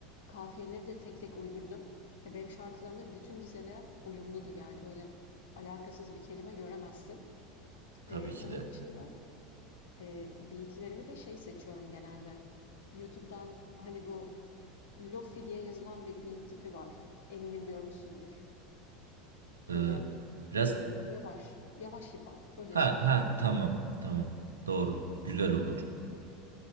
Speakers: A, on the left (about 65°); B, on the right (about 80°).
A: Kafiyeleri de tek tek uydurdum. E, benim şarkılarımda bütün dizeler uyumludur yani öyle alakasız bir kelime göremezsin.
B: Tabii
A: E,
B: ki
A: onun
B: de.
A: dışında Eee, beat'lerimi de şey seçiyorum genelde. YouTube'dan hani bu Lofi diye yazılan bir beat tipi var. Eminim görmüşsündür.
B: E,
A: Böyle
B: biraz
A: eee, yavaş, yavaş hip hop öyle
B: ha
A: söyleyeyim.
B: ha tamam tamam doğru güzel olur.